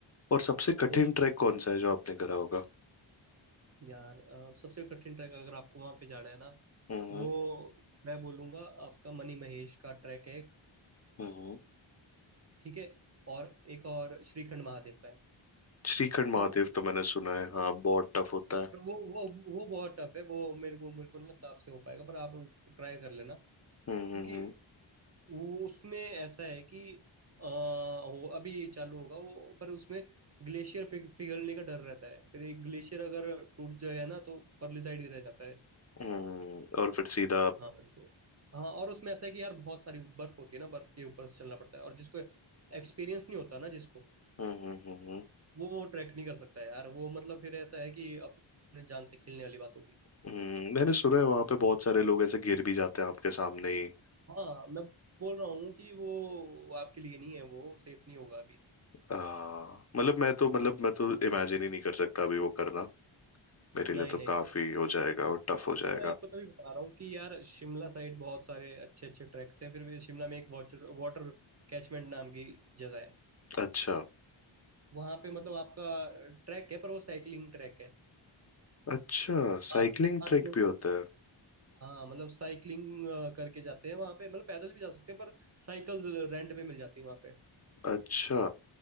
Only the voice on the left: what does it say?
और सबसे कठिन
ट्रैक कौन सा है जो आपने करा होगा
हम्म
हम्म
श्रीखंड महादेव
तो मैंने सुना है हाँ बहुत टफ होता है
हम्म
हम्म
हम्म और फिर सीधा आप
हम्म हम्म
हम्म, मैंने सुना है वहां पे बहुत सारे लोग ऐसे गिर भी जाते हैं आपके सामने ही
आ, मतलब मैं तो मतलब मैं तो इमेजिन ही नहीं कर सकता अभी वो करना मेरे लिए
तो
काफी
हो
जाएगा
और टफ हो जाएगा
अच्छा
अच्छा
साइकिलिंग
ट्रैक
भी होता है
अच्छा